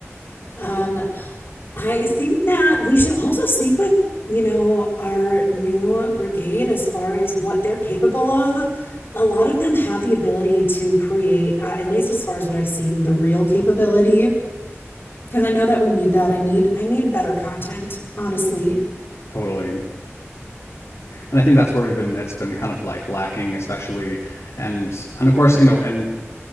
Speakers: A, on the left; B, on the left.
A: Um, I think that we should also speak with, you know, our new brigade as far as what they're capable of. A lot of them have the ability to create, uh, at least as far as what I've seen, the real capability. Because I know that we need that. I need I need better content, honestly.
B: <laughs> totally. and I think that's where we've been. It's been kind of like lacking, especially, and and of course, you know, and